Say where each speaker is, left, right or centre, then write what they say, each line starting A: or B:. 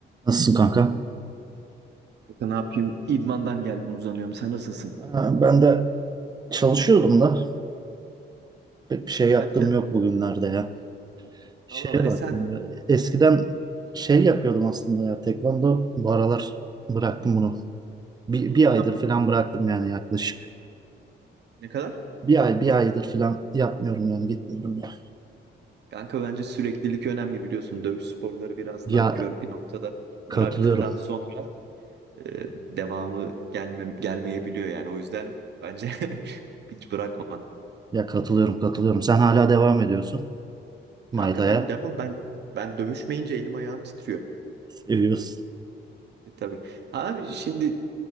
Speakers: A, on the right; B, on the right.
A: Nasılsın kanka?
B: Kanka ne yapayım? İdmandan geldim uzanıyorum. Sen nasılsın?
A: Ha, Ben de çalışıyordum da pek bir şey yaptığım
B: Hadi ya.
A: yok bugünlerde ya. Şeye
B: Allah Allah. E
A: bak
B: sen
A: eskiden şey yapıyordum aslında ya tekvando bu aralar bıraktım bunu. Bir,
B: Hı,
A: bir aydır
B: tamam.
A: falan bıraktım yani yaklaşık.
B: ne kadar?
A: Bir ay bir aydır falan yapmıyorum yani gitmiyorum ya.
B: Kanka bence süreklilik önemli biliyorsun. Dövüş sporları biraz
A: Ya
B: nankör bir noktada. Bıraktıktan
A: katılıyorum.
B: sonra e, devamı gelme, gelmeyebiliyor yani. O yüzden bence <laughs> hiç bırakma.
A: Ya katılıyorum katılıyorum. Sen hala devam ediyorsun. Maytaya
B: Kanka ben devam ben ben dövüşmeyince elim ayağım titriyor.
A: seviyorsun.
B: E, tabii. Ha şimdi